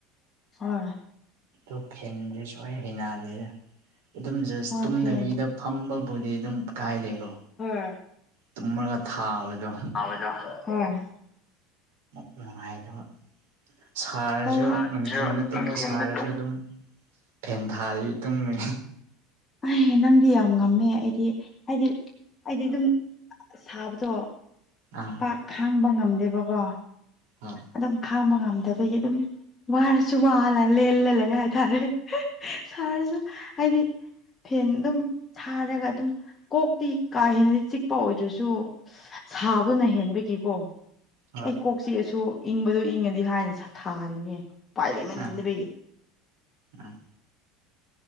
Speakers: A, on the left; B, on the right.
A: ꯍꯣꯏ
B: ꯑ ꯐꯦꯟꯁꯦ ꯁꯨꯋꯥꯏ ꯍꯩꯅꯗꯦꯗ ꯑꯗꯨꯝ ꯖꯁ
A: ꯍꯣꯏ
B: ꯇꯨꯝꯗꯕꯤꯗ
A: ꯐꯦꯟ
B: ꯐꯝꯕꯕꯨꯗꯤ ꯑꯗꯨꯝ ꯀꯥꯏꯗꯦꯀꯣ
A: ꯍꯨꯝ
B: ꯇꯨꯝꯃꯒ ꯊꯥꯕꯗꯣ
A: ꯖ ꯎꯝ
B: ꯅꯨꯡꯉꯥꯏ ꯑꯗꯨꯅ ꯁꯥꯔꯁꯨ
A: ꯇꯧꯋꯦ ꯁꯥꯔꯁꯨ
B: ꯅꯨꯡꯊꯤꯟꯗ ꯇꯨꯝꯕ
A: ꯅꯨꯡꯊꯤꯟꯗ
B: ꯁꯥꯔꯁꯨ
A: ꯇꯨꯝ
B: ꯑꯗꯨꯝ ꯐꯦꯟ ꯊꯥꯔꯤ ꯇꯨꯝꯃꯤꯅꯤ
A: ꯑꯩꯍꯦ ꯅꯪꯗꯤ ꯌꯥꯝ ꯉꯝꯃꯦ ꯑꯩꯗꯤ ꯍꯥꯏꯗꯤ ꯑꯩꯗꯤ ꯑꯗꯨꯝ ꯁꯥꯕꯗꯣ
B: ꯑꯥ
A: ꯄꯥꯛ ꯈꯥꯡꯕ ꯉꯝꯗꯦꯕꯀꯣ
B: ꯍꯥ
A: ꯑꯗꯨꯝ ꯈꯥꯡꯕ ꯉꯝꯗꯕꯒꯤ ꯑꯗꯨꯝ ꯋꯥꯔꯁꯨ ꯋꯥꯂ ꯂꯦꯜꯂ ꯂꯩ ꯍꯥꯏꯇꯥꯔꯦ ꯁꯥꯔꯁꯨ ꯍꯥꯏꯗꯤ ꯐꯦꯟ ꯑꯗꯨꯝ ꯁꯥꯔꯒ ꯑꯗꯨꯝ ꯀꯣꯛꯇꯤ ꯀꯥ ꯍꯦꯟꯅꯗꯤ ꯆꯤꯛꯄ ꯑꯣꯏꯗ꯭ꯔꯁꯨ ꯁꯥꯕꯅ ꯍꯦꯟꯕꯒꯤꯀꯣ
B: ꯍꯣꯏ
A: ꯑꯦ ꯀꯣꯛ ꯆꯤꯛꯑꯁꯨ ꯏꯪꯕꯗꯣ ꯏꯪꯉꯗꯤ ꯍꯥꯏꯅ ꯊꯥꯔꯤꯅꯦ ꯄꯥꯏ ꯂꯩꯦꯃꯟꯗꯕꯩꯒꯤ
B: ꯑꯥ ꯑꯥ